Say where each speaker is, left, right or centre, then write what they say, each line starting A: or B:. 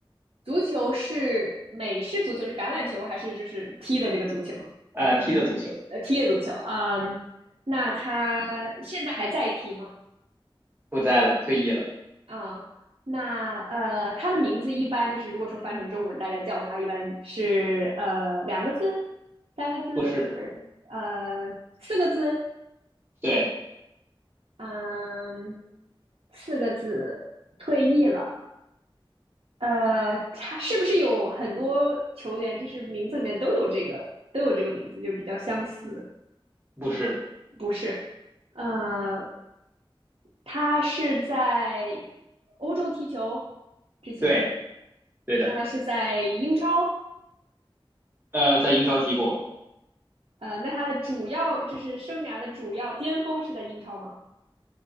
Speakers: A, on the right; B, on the right.
A: 足球是美式足球，是橄榄球还是就是踢的那个足球？
B: 呃，踢的足球，
A: 呃，踢了足球，嗯，那他现在还在踢吗？
B: 不在了，退役了，
A: 啊、那呃，他的名字一般就是如果说翻成中文，大家叫他一般是呃两个字、三个字或者呃四个字，
B: 不是，对，
A: 嗯，四个字退役了。呃，他是不是有很多球员就是名字里面都有这个都有这个名字，就比较相似？
B: 不是，
A: 不是，呃，他是在欧洲踢球之前，
B: 对，对的，
A: 那他是在英超，
B: 呃，在英超踢过，
A: 呃，那他的主要就是生涯的主要巅峰是在英超嘛？